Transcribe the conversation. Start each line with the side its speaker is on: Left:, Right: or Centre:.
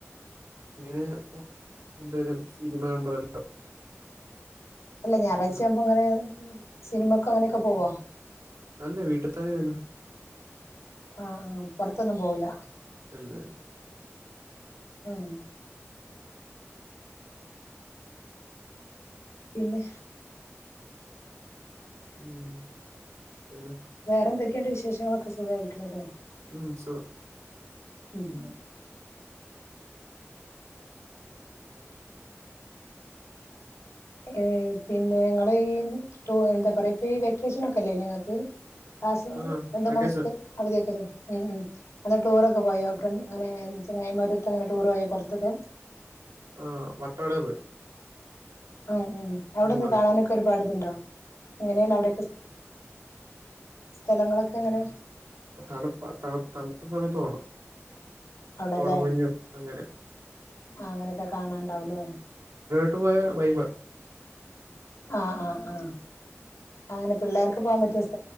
Right: <unintelligible> രണ്ട് പേരും സിനിമ കണ്ടോ <unintelligible>
Left: അല്ല ഞായാഴ്ച
Right: ഇരിക്കാ
Left: ആവുമ്പോ ഇങ്ങനെ സിനിമക്ക് അങ്ങനെയൊക്കെ പോവോ
Right: അല്ലേ വീട്ടിൽ തന്നെയാരുന്നു
Left: ആ ആ പൊറത്തൊന്നും പോവൂല
Right: ഇല്ലല്ല
Left: മ്മ് പിന്നെ
Right: മ്മ് പിന്നെ
Left: വേറെ എന്തൊക്കെ ഇണ്ട് വിശേഷങ്ങളൊക്കെ സുഖായിരിക്ക്ണ്ലെ
Right: മ്മ് സുഖം
Left: ഉം ഏഹ് പിന്നെ ഇങ്ങൾ ഈ ടൂ എന്താ പറയാ ഇപ്പ ഈ വെക്കേഷൻ ഒക്കെ ഇല്ലെയ്നോ ഇങ്ങക്ക് <unintelligible>
Right: ആഹ്
Left: രണ്ട്
Right: വെക്കേഷൻ
Left: മാസത്തെ അവധിയൊക്കെല്ലേ മ്മ് മ്മ് അന്ന് ടൂറൊക്കെ പോയോ ഫ്രണ്ട് ഇങ്ങനെ ചെങ്ങായിമാരൊത്ത് അങ്ങനെ ടൂർ പോയോ പൊർത്തൊക്കെ
Right: ആ വട്ടവടെ പോയി
Left: ആ ഉം അവിടെ
Right: മൂന്നാർ
Left: എന്ത കാണാനൊക്കെ ഒരുപാട് ഇതുണ്ടോ എങ്ങനെയാണ് അവിടെയൊക്കെ സ്ഥലങ്ങളൊക്കെ എങ്ങനെ
Right: തണുപ്പ തണു തണുത്ത സമയത്ത് പോണം
Left: അവിടല്ലേ
Right: കോടമഞ്ഞും അങ്ങനെ
Left: ആ അങ്ങനെ കാണാണ്ടാവുല്ലേ
Right: അട്ടു പോയ വൈബ്
Left: ആ ആ ആ അങ്ങനെ പിള്ളേർക്ക് പോകാൻ പറ്റ